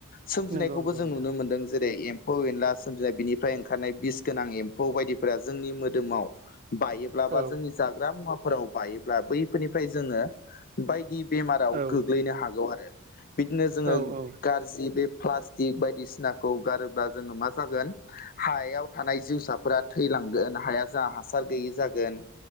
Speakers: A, on the left; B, on the right.
A: सोमजिनायखौबो
B: नंगौ नंगौ
A: जों
B: नोंथां
A: नुनो मोन्दों जेरै एम्फौ एनला सोमजिनाय बिनिफ्राय ओंखारनाय बिस गोनां एम्फौ बायदिफोरा जोंनि मोदोमाव बायोब्लाबा
B: औ
A: जोंनि जाग्रा मुवाफोराव बायोब्ला बैफोरनिफ्राय जोङो बायदि बेमाराव
B: औ
A: गोग्लैनो हागौ आरो बिदिनो जोङो
B: औ औ
A: गाज्रि बे प्लास्टिक बायदिसिनाखौ गारोब्ला जोङो मा जागोन हायाव थानाय जिउसाफोरा थैलांगोन हाया जा हासार गैयि जागोन